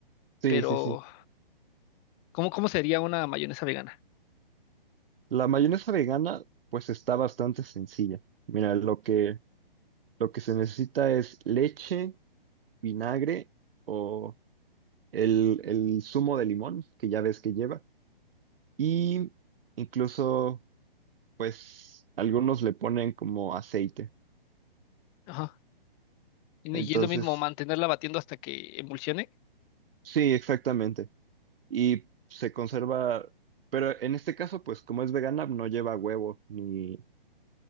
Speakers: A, on the right; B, on the left.
A: Sí,
B: Pero,
A: sí, sí.
B: ¿cómo, cómo sería una mayonesa vegana?
A: La mayonesa vegana, pues está bastante sencilla. Mira, lo que, lo que se necesita es leche, vinagre o el, el zumo de limón, que ya ves que lleva. Y incluso, pues, algunos le ponen como aceite.
B: Ajá. Y
A: Entonces,
B: y es lo mismo mantenerla batiendo hasta que emulsione.
A: sí, exactamente. y se conserva, pero en este caso, pues como es vegana, no lleva huevo ni,